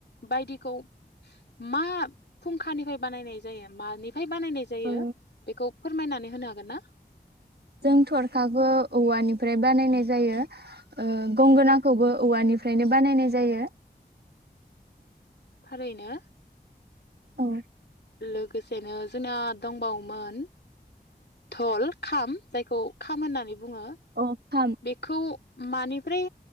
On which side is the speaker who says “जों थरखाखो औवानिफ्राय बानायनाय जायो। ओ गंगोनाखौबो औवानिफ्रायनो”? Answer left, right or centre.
Right